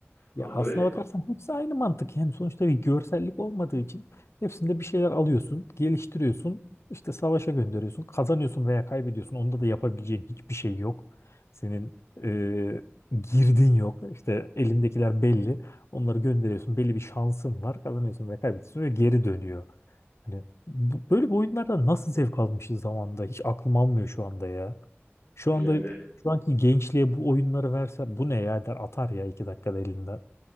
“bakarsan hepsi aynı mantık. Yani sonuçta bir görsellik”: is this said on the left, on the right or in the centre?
Left